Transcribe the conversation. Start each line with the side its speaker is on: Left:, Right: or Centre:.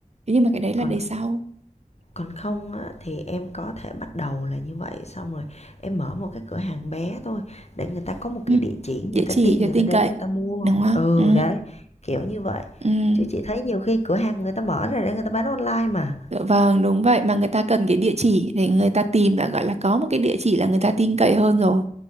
Right: thế nhưng mà cái đấy là
Left: Còn
Right: đời sau
Left: còn không á thì em có thể bắt đầu là như vậy, xong rồi em mở một cái cửa hàng bé thôi để người ta có một
Right: Ừ.
Left: cái địa chỉ,
Right: địa
Left: người ta
Right: chỉ
Left: tin
Right: cho
Left: người
Right: tin
Left: ta đến
Right: cậy
Left: người ta mua.
Right: đúng không
Left: Ừ,
Right: ừ
Left: đấy, kiểu như vậy.
Right: ừ
Left: Chứ chị thấy nhiều khi cửa hàng người ta mở ra để người ta bán online mà.
Right: Dạ Vâng, đúng vậy mà người ta cần cái địa chỉ để người ta tìm đã gọi là có một cái địa chỉ là người ta tin cậy hơn rồi,